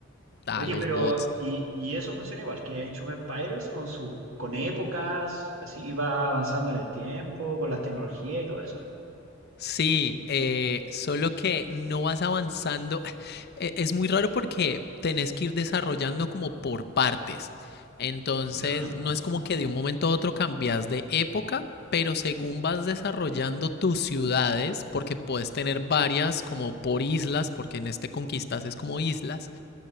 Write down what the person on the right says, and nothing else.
Oye,
pero
y, y eso funciona igual que Age of Empires con sus con épocas, así iba avanzando en el tiempo, con las tecnologías y todo eso.
Ya,